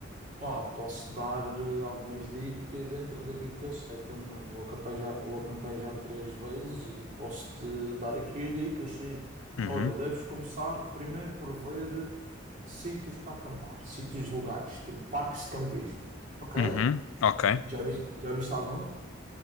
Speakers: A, on the right; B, on the left.
A: Pá, posso dar eh, algumas dicas dentro daquilo que eu sei também. Eu acampei já, eu acampei já três vezes e posso-te dar aqui dicas, sim.
B: Uhum,
A: Olha, deves começar primeiro por ver eh, sítios para acampar, sítios legais, tipo parques de campismo, ok?
B: uhum, ok.
A: Já viste, já viste algum?